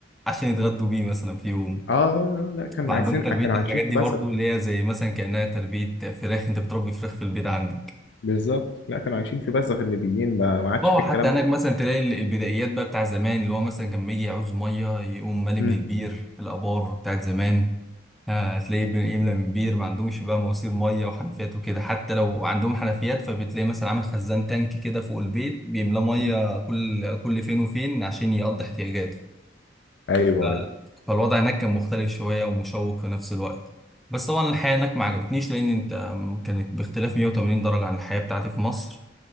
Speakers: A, in the centre; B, on the left.
A: عشان يتغدوا بيه مثلا في يوم
B: اه لا كان
A: فعندهم
B: عايشين
A: تربية
B: كانوا عايشين
A: الحاجات دي
B: في بزغ
A: برضو اللي هي زي مثلا كأنها تربية فراخ أنت بتربي فراخ في البيت عندك
B: بالظبط لا كانوا عايشين في بزغ الليبيين ما ما عادش
A: اه
B: في الكلام
A: حتى هناك
B: ده
A: مثلا تلاقي ال- البدايات بقى بتاع زمان اللي هو مثلا كان لما يجي يعوز مية يقوم مالي
B: مم.
A: من البير الآبار بتاعت زمان آه، هتلاقيه بي- يملى من بير ما عندهمش بقى مواسير ميه وحنفيات وكده حتى لو عندهم حنفيات فبتلاقي مثلا عامل خزان تانك كده فوق البيت بيملاه ميه
B: مم.
A: كل كل فين وفين عشان يقضي احتياجاته
B: ايوه
A: ف-
B: ايوه
A: فالوضع هناك كان مختلف شويه ومشوق في نفس الوقت بس طبعا الحياه هناك ما عجبتنيش لان انت آم، كانت باختلاف 180 درجه عن الحياه بتاعتي في مصر